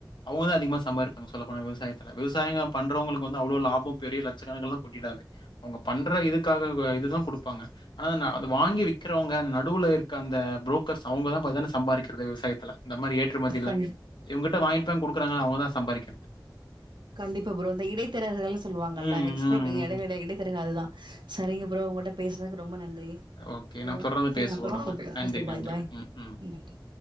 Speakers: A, on the left; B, on the right.
A: அவங்கதா அதிகமா சம்பாரிப்பாங்க சொல்லப்போனா விவசாயத்துல விவசாயிங்க பண்றவங்களுக்கு வந்து அவ்ளோ லாபம் பெரிய லட்சக்கணக்கல்லாம் கொட்டிடாது அவங்க பண்ற இதுக்காக இதுதான் கொடுப்பாங்க ஆனா ந அத வாங்கி விக்கிறவங்க நடுவுல இருக்க அந்த புரோக்கர்ஸ் அவுங்கதா பாத்தேனா சம்பாரிக்றதே விவசாயத்துல இந்த மாதிரி ஏட் டுமதில்ல
B: கண்
A: இவங்கட்ட வாய் தங்குடுக்குறாங்க அவங்க தா சம்பாதிக்கிறது
B: கண்டிப்பா ப்ரோ இந்த இடைத்தரகர்கள்னு சொல்லுவாங்
A: ம்,
B: அல்ல எக்ஸ்போர்ட்டு
A: ம்,
B: எடைலட
A: ம்.
B: இடைத்தர அதுதா சரிங்க ப்ரோ உங்கட்ட பேசுனக்கு ரொம்ப நன் தெ
A: ஓகே.
B: கெவா
A: நாம் தொடர்ந்து
B: செரி
A: பேசுவோம்
B: அப்புறமா
A: நம்ம.
B: கூப்பட்ற
A: நன்றி,
B: ஓகே பாய்
A: நன்றி.
B: பாய்
A: ம், ம்.
B: நன்றி